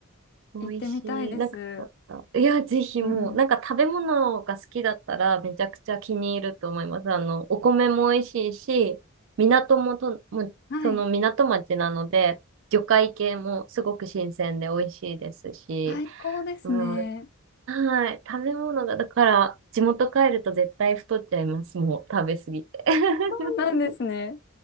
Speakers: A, on the right; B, on the left.
A: 美味しい。
B: 行ってみたいです。
A: なんか、いや、ぜひもう、
B: うん。
A: なんか食べ物が好きだったらめちゃくちゃ気に入ると思います。あの、お米も美味しいし、港もと、もう、
B: はい。
A: その港町なので、魚介系もすごく新鮮で美味しいですし、
B: 最高ですね。
A: うん、はい、食べ物が、だから、地元帰ると絶対太っちゃいます。もう、食べ過ぎて。<laughs>
B: そうなんですね。